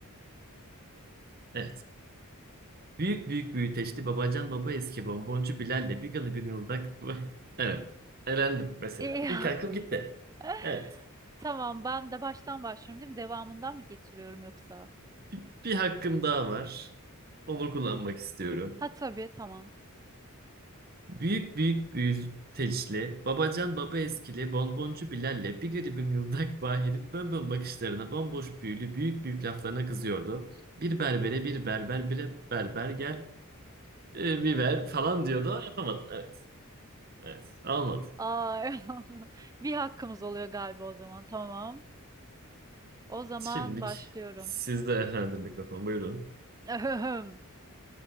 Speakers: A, on the right (about 45°); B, on the right (about 15°).
A: Evet. Büyük büyük büyüteçli babacan baba eski bonboncu Bilal'le bir galı bir yıldak. <laughs> Evet. Elendim mesela.
B: İyi.
A: İlk hakkım gitti.
B: <laughs>
A: Evet.
B: Tamam, ben de baştan başlıyorum değil mi? Devamından mı getiriyorum yoksa?
A: Bir, bir hakkım daha var. Onu kullanmak istiyorum.
B: Ha tabii, tamam.
A: Büyük büyük büyülteçli, babacan baba eskili, bonboncu Bilal'le bir garibim yıldak <laughs> Bahir'in bönbön bakışlarına, bomboş büyülü büyük büyük laflarına kızıyordu. Bir berbere bir berber bire berber gel e, biber falan diyordu ama yapamadım. Evet, evet almadı.
B: Aa, <laughs> eyvallah. bir hakkımız oluyor galiba o zaman. Tamam. O zaman
A: Şimdilik
B: başlıyorum.
A: sizde efendim mikrofon buyurun.
B: <laughs>